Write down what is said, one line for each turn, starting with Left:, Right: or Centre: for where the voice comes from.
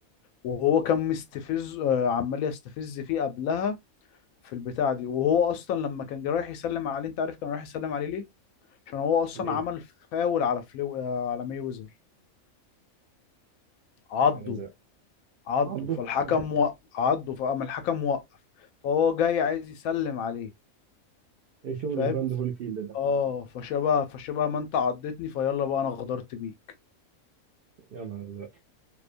Left: وهو كان مستفز آه، عمال يستفز فيه قبلها في البتاعه دي وهو اصلا لما كان جاي رايح يسلم عليه انت عارف كان رايح يسلم عليه ليه عشان هو اصلا
Right: ليه؟
Left: عمل فاول على فلو آه، على ماي ويزر عضه
Right: يعني زي
Left: عضه
Right: عضه
Left: فالحكم
Right: <laughs>
Left: وقف عضه فقام الحكم وقف فهو جاي عايز يسلم عليه
Right: ايه شغل
Left: فاهم
Right: ايفاندر هوليفيلد ده
Left: اه فشبه فشبه ما انت عضتني فيلا بقى انا غدرت بيه
Right: يا نهار ازرق